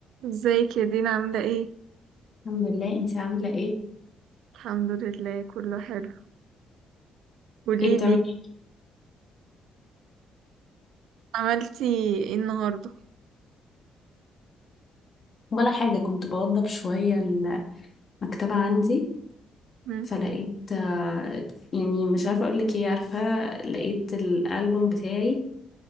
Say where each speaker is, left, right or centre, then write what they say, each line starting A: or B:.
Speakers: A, on the right; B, on the left.
A: ازيك يا دينا عاملة ايه؟
B: الحمد لله انت عاملة ايه؟
A: الحمد لله كله حلو قوليلي
B: ايه بتعملي؟
A: عملتي ايه النهاردة؟
B: ولا حاجة كنت بوضب شوية المكتبة عندي
A: مم.
B: فلقيت آه، يعني مش عارفة اقولك ايه عارفة لقيت الألبوم بتاعي